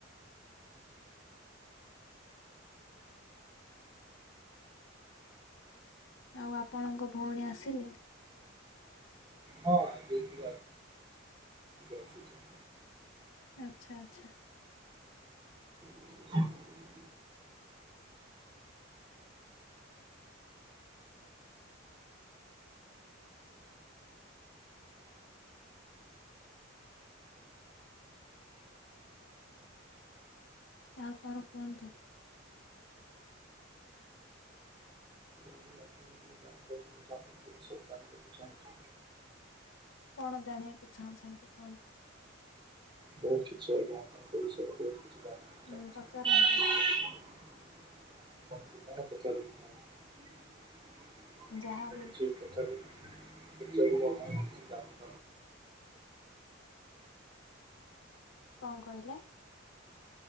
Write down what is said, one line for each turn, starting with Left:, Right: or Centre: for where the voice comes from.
Left: ଆଉ ଆପଣଙ୍କ ଭଉଣୀ ଆସିଲେ?
Right: ହଁ <unintelligible> ନେଇକି ଆସିଛି।
Left: ଆଚ୍ଛା ଆଚ୍ଛା।
Right: <inaudible>
Left: ଆଉ କଣ କୁହନ୍ତୁ
Right: <unintelligible> ଆପଣଙ୍କ ବିଷୟ <inaudible> ଜାଣିବାକୁ ଚାହୁଁଚି।
Left: କଣ ଜାଣିବାକୁ ଚାହୁଁଛନ୍ତି କୁହନ୍ତୁ?
Right: ବହୁତ କିଛି ଆଜ୍ଞା ଆପଣଙ୍କ ବିଷୟରେ ବହୁତ କିଛି ଜାଣିବାକୁ ଚାହୁଁଚି।
Left: ଉଁ ପଚାରନ୍ତୁ
Right: କଣ ପଚାରୁ ଥିଲ? <unintelligible>
Left: ଯାହାବି
Right: କିଛି ପଚାର। <unintelligible>
Left: କଣ କହିଲେ?